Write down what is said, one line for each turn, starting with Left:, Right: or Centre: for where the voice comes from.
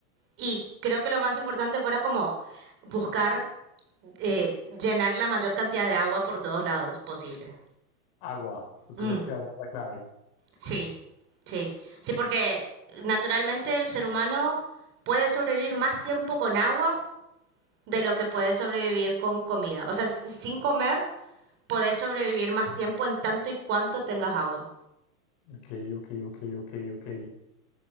Right: Y creo que lo más importante fuera como buscar eh, llenar la mayor cantidad de agua por todos lados posible.
Left: Agua, ¿tú crees
Right: Mm.
Left: que agua es la clave?
Right: Sí, sí. Sí, porque naturalmente el ser humano puede sobrevivir más tiempo con agua de lo que puede sobrevivir con comida. O sea, s- sin comer podés sobrevivir más tiempo en tanto y cuanto tengas agua.
Left: Ok, ok, ok, ok, ok.